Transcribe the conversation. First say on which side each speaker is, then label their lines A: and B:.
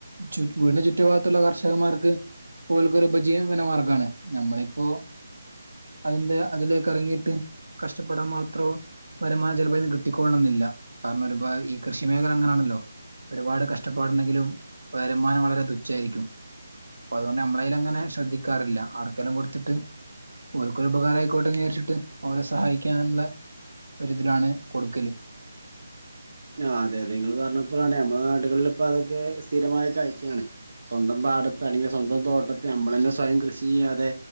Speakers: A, on the right (about 85°); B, on the right (about 55°).
A: ചു വീടിന് ചുറ്റു ഭാഗ ത്ത്ള്ള കർഷകമാർക്ക് ഓൽക്കൊര് ഉപജീവന മാർഗാണ്. നമ്മളിപ്പോ അതിന്റെ അതിലേക്കെറങ്ങിയിട്ട് കഷ്ടപ്പെടാൻ മാത്രോ വരുമാന ചെലപ്പഅയ്ന്ന് കി ട്ടിക്കൊള്ളണന്നില്ല കാരണം ഒരുപാ ഈ കൃഷി മേഖല അങ്ങനാന്നല്ലോ ഒരുപാട് കഷ്ടപ്പാടുണ്ടെങ്കിലും വരുമാനം വളരെ തുച്ഛായിരിക്കും. അപ്പൊ അതുകൊണ്ട് നമ്മൾ അങ്ങനെ ശ്രദ്ധിക്കാറില്ല ആർക്കെങ്കിലും കൊടുത്തിട്ട് ഓൽക്കൊരു ഉപകാരമായിക്കോട്ടെന്ന് വിചാരിച്ചിട്ട് ഓ ലെ സഹായിക്കാനുള്ള ഒരിതിലാണ്. കൊടുക്കല്
B: ആ അതെ അതെ നിങ്ങൾ പറ നമ്മെ നാട്ടുകളിൽ ഇപ്പ അതൊക്കെ സ്ഥിരമായ കാഴ്ചയാണ് സ്വന്തം നമ്മുടെ പാടത്ത് അല്ലെങ്കി സ്വന്തം തോട്ടത്ത് നമ്മളെന്നെ സ്വയം കൃഷി ചെയ്യാതെ